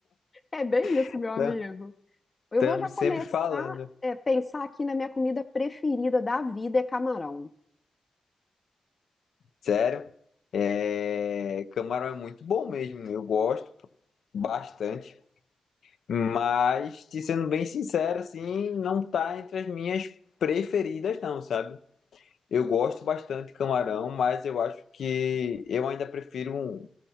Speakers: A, on the left; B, on the left.
A: É bem isso,
B: <laughs>
A: meu amigo. Eu
B: estamos
A: vou já começar
B: sempre falando.
A: a pensar aqui na minha comida preferida da vida é camarão.
B: Sério, é, camarão é muito bom mesmo, eu gosto bastante, mas, te sendo bem sincero, assim, não tá entre as minhas preferidas, não, sabe? Eu gosto bastante de camarão, mas eu acho que eu ainda prefiro um